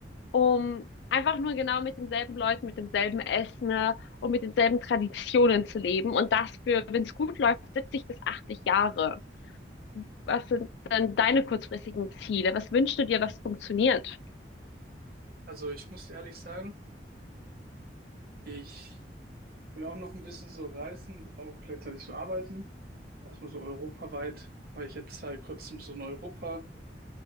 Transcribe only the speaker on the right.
Also ich muss ehrlich sagen, ich will auch noch ein bisschen so reisen, auch gleichzeitig so arbeiten. Erstmal so europaweit, weil ich jetzt seit kurzem so einen europaweiten